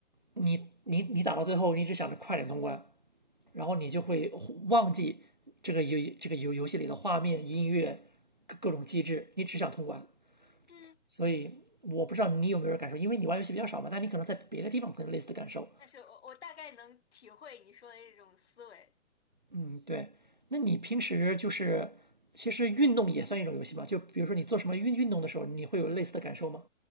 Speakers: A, on the right; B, on the left.
A: 你你你打到最后，你只想着快点通关，然后你就会忘记这个游这个游游戏里的画面、音乐、各各种机制，你只想通关。
B: 嗯，
A: 所以我不知道你有没有感受，因为你玩游戏比较少嘛，但你可能在别的地方可能类似的感受。
B: 但是我我大概能体会你说的这种思维。
A: 嗯，对。那你平时就是其实运动也算一种游戏吧？就比如说你做什么运运动的时候，你会有类似的感受吗？